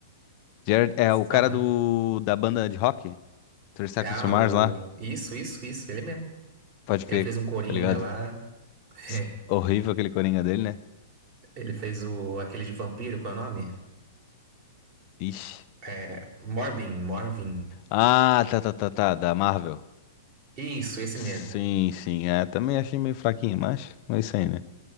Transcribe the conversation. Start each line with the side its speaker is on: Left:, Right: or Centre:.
Left: Jared, é
Right: sabe?
Left: o cara do. Da banda de rock? 30 Seconds
Right: Ah,
Left: to Mars
Right: o...
Left: lá.
Right: Isso, isso, isso, ele mesmo.
Left: Pode crer,
Right: Ele fez um Coringa
Left: tá ligado?
Right: lá. <laughs>
Left: S- Horrível aquele coringa dele, né?
Right: Ele fez o... aquele de vampiro, qual é o nome?
Left: Ixi.
Right: É... Morbin, Morvin.
Left: Ah, tá, tá, tá, tá. Da Marvel.
Right: Isso, esse
Left: Sim,
Right: mesmo.
Left: sim. É, também achei meio fraquinho, mas é isso aí, né?